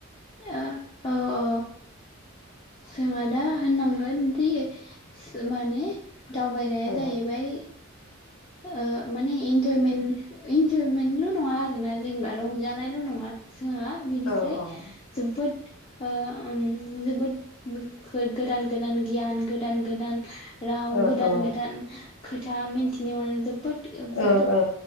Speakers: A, on the left; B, on the left.
A: अ औ औ जोङो दा होननांगोनदि माने दावबायनाया
B: औ
A: जाहैबाय ओ माने इन्जयमेन्ट इन्जयमेन्टल' नङा आरोना जेनेबा रंजानायल' नङा जोंहा बिनिफ्राय
B: औ औ
A: जोबोद ओ जोबोद गोदान गोदान गियान गोदान गोदान राव
B: औ
A: गोदान
B: औ
A: गोदान खोथा मिन्थिनो मोनो जोब जोबोद जोबोद
B: ओ ओ